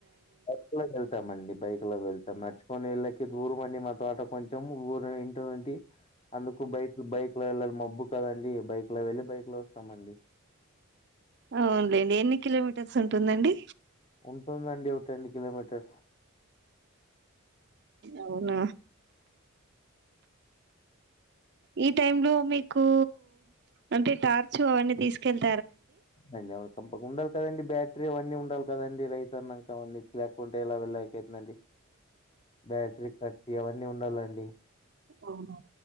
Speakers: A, on the left; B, on the right.
A: బైక్ లో వెళ్తామండి బైక్ లో వెళ్ నడుచుకొని వెళ్ళెకి దూరమండి మా తోట కొంచెం ఊరు ఇంటి నుండి అందుకు బైక్ బైక్ లో వెళ్ళాలి మబ్బు కదండి బైక్ లో వెళ్ళి బైక్ లో వస్తామండి
B: అవునులేండి ఎన్ని కిలోమీటర్స్ ఉంటుందండి
A: ఉంటుందండి ఒక ఎనిమిది కిలోమీటర్స్
B: అవున ఈ టైమ్ లో మీకు అంటే టార్చ్ అవన్నీ తీసుకెళ్
A: అయ్యో తప్ప కుండా కదండి బ్యాట్రీ అవన్నీ ఉండాలి కదండి రైతన్నాక అన్నీ ఇట్ లేకుంటే ఎలా వెళ్ళక అతుందండి బ్యాట్రీ కత్తీ అవన్నీ ఉండాలండి
B: ఓహో